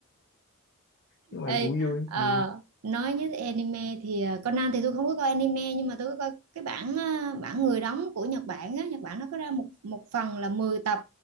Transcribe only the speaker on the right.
Ê,
ờ,
nói như anime thì ờ, Conan thì tôi không có coi anime nhưng mà tôi có coi cái bản ờ, bản người đóng của Nhật Bản á, Nhật Bản nó có ra một một phần là 10 tập.